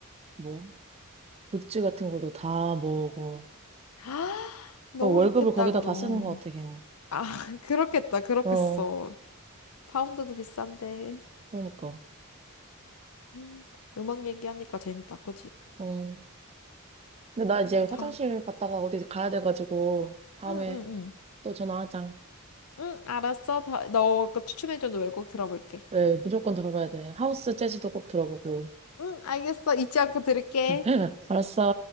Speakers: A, on the right (about 30°); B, on the left (about 75°).
A: 뭐 굿즈 같은 것도 다 모으고
B: <gasps> 아, 너무
A: 거의 월급을
B: 좋겠다,
A: 거기다
B: 그럼.
A: 다 쓰는 것 같아 걔는
B: 아, <laughs> 그렇겠다, 그렇겠어.
A: 어
B: 파운드도 비싼데.
A: 그러니까
B: 음, 음악 얘기하니까 재밌다, 그치?
A: 어 근데 나
B: 어,
A: 이제 화장실
B: 다.
A: 갔다가 어디 가야 돼가지고 다음에
B: 응, 응, 응.
A: 또 전화하자
B: 응, 알았어. 다, 너그 추천해준 노래 꼭 들어볼게.
A: 네 무조건 들어가야 돼 하우스 재즈도 꼭 들어보고
B: 응, 알겠어. 잊지 않고 들을게.
A: <laughs> 알았어